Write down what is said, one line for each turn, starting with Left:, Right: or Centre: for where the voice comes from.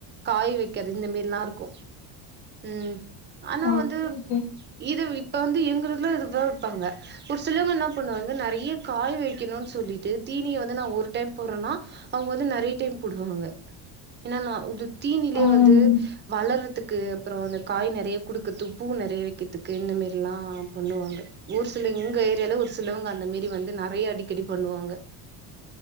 Right: காய் வைக்காது இந்த மரில்லா இருக்கு உம் ஆனா
Left: ஓகே,
Right: வந்து
Left: ஓகே.
Right: இத இப்ப வந்து எங்களு இது வப்பாங்க ஒரு சிலவங்க என்ன பண்ணுவாங்க நறையே காய் வைக்கனு சொல்லிட்டு தீனிய வந்து நா ஒரு டைம் போடுறேன்னா அவங்க வந்து நறைய டைம் போடுவாங்க ஏன்னா நா உடுத் தீனிலே
Left: ம்.
Right: வந்து வளரதுக் கே அப் அப்ரோ அந்த காய் நெறைய குடுக்கதும் பூ நெறைய வைக்கிறதுக்கு இந்த மெரில்லா பண்ணுவாங்க ஒரு சில இங்கயே செலவு ஒரு சிலவங்க அந்த மேறி வந்து நேறய அடிக்கடி பண்ணுவாங்க